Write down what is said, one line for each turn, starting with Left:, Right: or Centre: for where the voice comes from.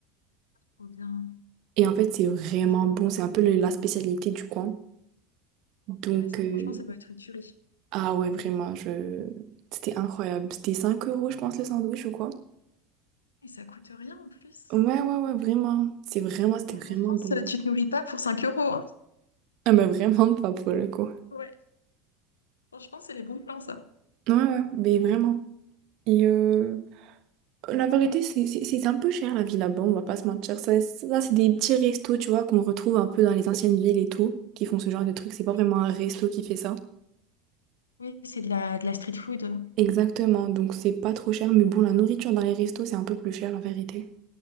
Left: Trop bien.
Right: Et en fait, c'est vraiment
Left: Franch-
Right: bon. C'est un peu le- la spécialité du coin. Donc,
Left: Ouais, ça,
Right: euh,
Left: franchement, ça doit être une tuerie.
Right: Ah ouais, vraiment, je... C'était incroyable. C'était 5 euros, je pense, le sandwich ou quoi?
Left: Et ça coûte rien en plus.
Right: Ouais, ouais, ouais, vraiment. C'est vraiment,
Left: Franchement,
Right: c'était vraiment
Left: en France,
Right: bon.
Left: euh, tu te nourris pas pour 5 euros. hein.
Right: Ah mais vraiment pas pour le coup.
Left: Ouais. Franchement, c'est les bons plans, ça.
Right: Ouais, ouais, mais vraiment. Et euh, la vérité, c'est c'est- c'est un peu cher la vie là-bas, on va pas se mentir. Ça, ça c'est des petits restos, tu vois, qu'on retrouve un peu dans les anciennes villes et tout, qui font ce genre de trucs. C'est pas
Left: Oui,
Right: vraiment un resto qui fait ça.
Left: Oui, c'est de la, de la street food.
Right: Exactement, donc c'est pas trop cher. Mais bon, la nourriture dans les restos, c'est un peu plus cher, la vérité.